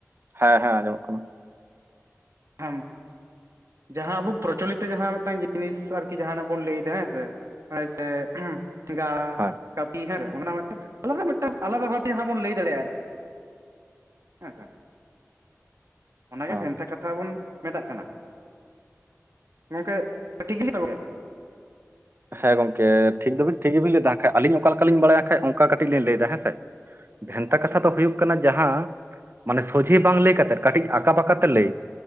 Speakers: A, on the right (about 45°); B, on the right (about 65°).
A: ᱦᱮᱸ ᱦᱮᱸ ᱟᱸᱡᱚᱢᱚᱜ ᱠᱟᱱᱟ᱾
B: ᱦᱮᱸᱢ ᱡᱟᱦᱟᱸ ᱟᱵᱚ ᱯᱨᱚᱪᱚᱞᱤᱛᱚ ᱡᱟᱦᱟᱸ ᱢᱤᱫᱴᱟᱝ ᱡᱤᱱᱤᱥ ᱟᱨᱠᱤ ᱡᱟᱦᱟᱸᱱᱟᱜ ᱵᱚᱱ ᱞᱟᱹᱭ ᱫᱟ ᱦᱮᱸ ᱥᱮ᱾ ᱟᱭ ᱥᱮ <unintelligible>
A: ᱦᱮᱸ
B: ᱠᱟᱹᱯᱤ ᱦᱮᱸ ᱚᱱᱟ ᱢᱤᱫᱴᱟᱝ ᱟᱞᱟᱫᱟ ᱢᱤᱫᱴᱟᱝ ᱟᱞᱟᱫᱟ ᱵᱷᱟᱵ ᱡᱟᱦᱟᱸ ᱵᱚᱱ ᱞᱟᱹᱭ ᱫᱟᱲᱮ ᱭᱟᱜᱼᱟ ᱟᱨᱠᱤ ᱦᱮᱸ ᱥᱮ, ᱚᱱᱟᱜᱮ
A: ᱦᱮᱸ
B: ᱵᱷᱮᱱᱛᱟ ᱠᱟᱛᱷᱟ <unintelligible> ᱢᱮᱛᱟᱜ ᱠᱟᱱᱟ᱾ ᱜᱚᱝᱠᱮ ᱴᱷᱤᱠ <unintelligible> ᱜᱚᱝᱠᱮ?
A: ᱦᱮᱸ ᱜᱚᱢᱠᱮ ᱴᱤᱠ ᱫᱚᱵ ᱴᱤᱠ ᱜᱮᱵᱤ ᱞᱟᱹᱭᱫᱟ ᱦᱟᱸᱜ ᱟᱹᱞᱤᱧ ᱚᱠᱟ ᱞᱮᱠᱟᱞᱤᱧ ᱵᱟᱲᱟᱭ ᱠᱷᱟᱡ ᱚᱱᱠᱟ ᱠᱟᱹᱴᱤᱡ ᱞᱤᱧ ᱞᱟᱹᱭᱫᱟ ᱦᱮᱸᱥᱮ᱾ ᱵᱷᱮᱱᱛᱟ
B: ᱟᱪᱪᱷᱟ
A: ᱠᱟᱛᱷᱟ ᱫᱚ ᱦᱩᱭᱩᱜ ᱠᱟᱱᱟ ᱡᱟᱦᱟᱸ ᱢᱟᱱᱮ ᱥᱚᱡᱷᱮ ᱵᱟᱝ ᱞᱟᱹᱭ ᱠᱟᱛᱮᱫ ᱠᱟᱹᱴᱤᱡ ᱟᱠᱟᱸᱠᱟ ᱵᱟᱸᱠᱟᱛᱮ ᱞᱟᱹᱭ᱾